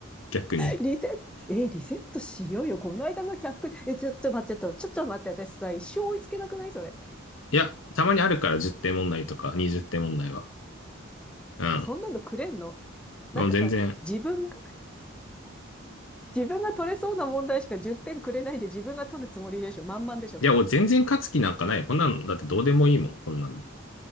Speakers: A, on the left; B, in the centre.
A: 逆に。
B: リセット、え、リセットしようよ。この間の100、え、ちょっと待って、ちょっと、ちょっと待って、私さ、一生追いつけなくないそれ。
A: いや、たまにあるから10点問題とか20点問題は。うん。
B: そんなのくれんのなんかさ、
A: もう全然。
B: 自分が、自分が取れそうな問題しか10点くれないで自分が取るつもりでしょ。満々でしょ、
A: いや、
B: それ。
A: 俺全然勝つ気なんかない。こんなの、だってどうでもいいもん、こんなの。